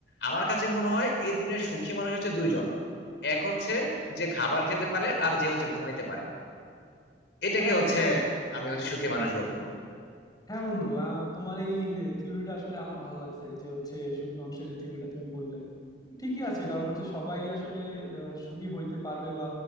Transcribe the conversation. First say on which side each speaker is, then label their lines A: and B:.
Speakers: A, on the left; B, on the left.
A: আমার কাছে মনে হয় এই দুনিয়ার সুখী মানুষ হচ্ছে দুইজন এক হচ্ছে যে খাবার খেতে পারে আর যে হচ্ছে ঘুমাইতে পারে এটাকে
B: হ্যাঁ
A: হচ্ছে
B: বন্ধু
A: আমি হচ্ছে সুখী মানুষ বলবো
B: হ্যাঁ বন্ধু আহ, তোমার এই থিওরিটা আসলে আমার ভাল লাগছে যে হচ্ছে সুখী মানুষের যে থিওরিটা তুমি বললে ঠিকই আছে কারণ হচ্ছে সবাই আসলে আহ, সুখী হইতে পারবে বা